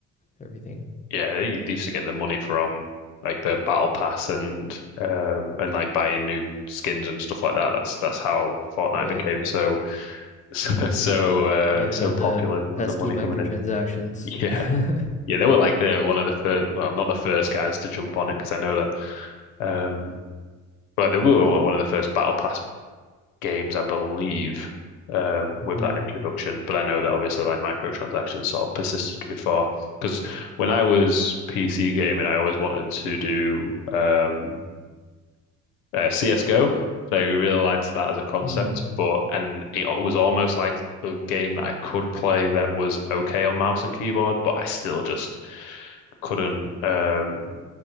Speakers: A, on the left; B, on the left.
A: everything.
B: Yeah, they, they used to get the money from like the battle pass and um and like buying new skins and stuff like that. That's that's how Fortnite
A: Right.
B: became so <laughs> so so, uh,
A: Yeah,
B: so
A: the
B: popular because
A: pesky
B: of the money
A: microtransactions.
B: coming in. <laughs> Yeah,
A: <laughs>
B: yeah, they were like the one of the first, well, not the first guys to jump on it because I know that um, but they were one of the first battle pass games, I believe, um,
A: Mhm.
B: with that introduction. But I know that obviously like microtransactions sort of persisted before. Because when I was PC gaming, I always wanted to do um, uh, CSGO. So I really liked that as a concept,
A: Mm.
B: but and it was almost like the game that I could play that was okay on mouse and keyboard, but I still just couldn't um,